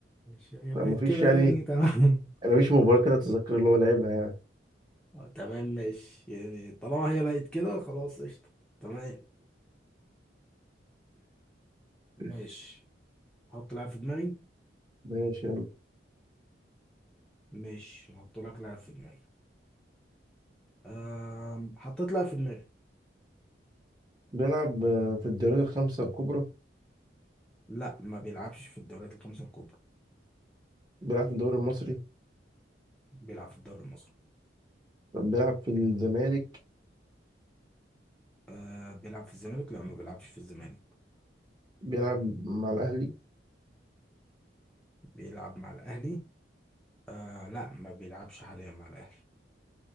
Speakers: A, in the centre; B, on the right.
A: ماشي هي بقت
B: فما فيش
A: كده
B: يعني
A: يعني تمام
B: أنا مفيش مباراة كده أتذكر اللي هو لعبها يعني
A: آه، تمام ماشي يعني طالما هي بقت كده خلاص قشطة تمام ماشي
B: <laughs>
A: حط لاعب في دماغي
B: ماشي يلا
A: ماشي هحط لك لاعب في دماغي أم... حطيت لاعب في دماغي
B: بيلعب آه، في الدوري الخمسة الكبرى
A: لا ما بيلعبش في الدوريات الخمسة الكبرى
B: بيلعب في الدوري المصري
A: بيلعب في الدوري المصري
B: بيلعب في الزمالك
A: أه بيلعب في الزمالك لا ما بيلعبش في الزمالك
B: بيلعب مع الأهلي
A: بيلعب مع الأهلي أه لا ما بيلعبش حاليا مع الأهلي